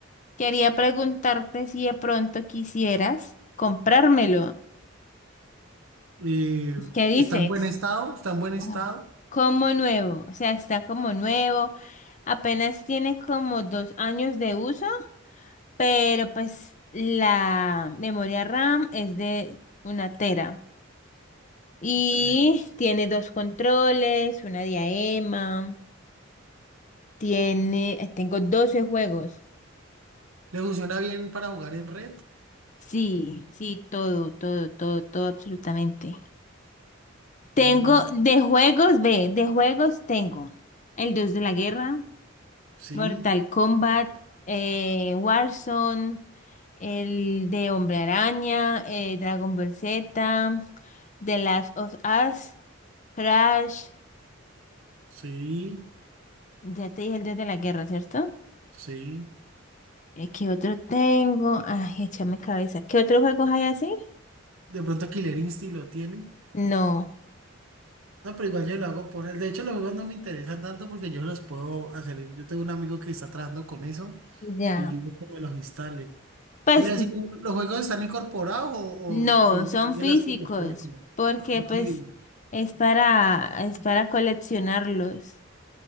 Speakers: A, on the left; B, on the right.
A: quería preguntarte si de pronto quisieras comprármelo.
B: Eh,
A: ¿Qué dices?
B: ¿está en buen estado? ¿Está en buen estado?
A: Oh. Como nuevo, o sea, está como nuevo, apenas tiene como dos años de uso, pero pues la memoria RAM es de una tera y
B: Ok.
A: tiene dos controles, una diadema, tiene, eh, tengo 12 juegos.
B: ¿Le funciona bien para jugar en red?
A: Sí, sí, todo, todo, todo, todo, absolutamente. Tengo
B: Mm,
A: de juegos, ve, de juegos tengo el Dios de la Guerra.
B: sí,
A: Mortal Kombat, eh, Warzone, el de Hombre Araña, eh, Dragon Ball Z, The Last of Us, Crash,
B: sí,
A: ya te dije el Dios de la Guerra, ¿cierto?
B: sí.
A: Eh, ¿qué otro tengo? Ay, échame cabeza. ¿Qué otros juegos hay así?
B: De pronto Killer Instinct lo tiene.
A: No,
B: No, pero igual yo lo hago por él. De hecho, los juegos no me interesan tanto porque yo los puedo hacer. Yo tengo un amigo que está trabajando con eso
A: ya.
B: y yo digo que me los instale.
A: Pues
B: ¿Qué le decía? ¿Los juegos están incorporados o,
A: no,
B: o, o
A: son
B: de
A: físicos,
B: las, las películas?
A: porque pues
B: Sí,
A: es para, es para coleccionarlos.